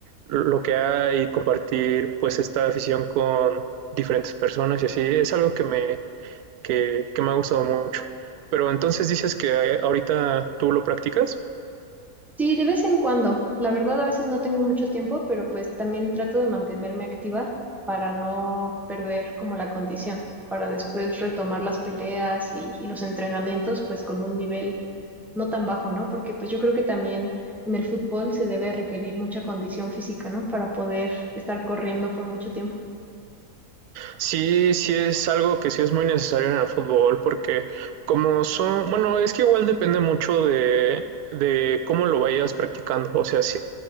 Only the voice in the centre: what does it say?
Sí, de vez en cuando. La verdad, a veces no tengo mucho tiempo, pero pues también trato de mantenerme activa para no perder como la condición, para después retomar las peleas y, y los entrenamientos pues con un nivel no tan bajo, ¿no? Porque pues yo creo que también en el fútbol se debe requerir mucha condición física, ¿no? Para poder estar corriendo por mucho tiempo.